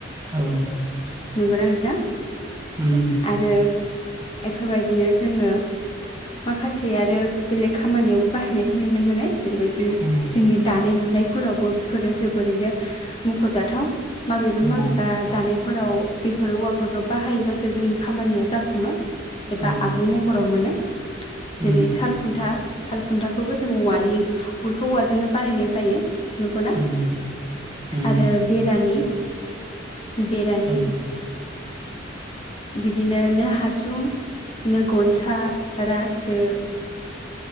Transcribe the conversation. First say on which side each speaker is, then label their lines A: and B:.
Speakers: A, on the right; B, on the left.
A: औ
B: नंग ना नों थां
A: उम
B: आरो एफोरबायदिनो जोंङो माखासे आरो बेलेग खामानियावबो बाहायनाय नो मोनो जेरैबायदि
A: औ
B: जोंनि दानाय लुनाय फोरावबो बे फोरो जोबोरैनो मखजाथाव माबेबा
A: औ
B: माबेबा दानायफोराव बेफोर औवाफोरखौ बाहायोबासो जोंनि खामानिया जाफुंङो एबा
A: औ
B: आबुं महराव मोनो जेरै
A: उम
B: सालखुन्था। सालखुन्था खौबो जों औवानि फोरखौ औवाजोंनो बानायनाय जायो। नंगौना
A: उम उम
B: आरो बेरानि बेरानि
A: औ
B: बिदिनो नो हासुं नो गनसा रासो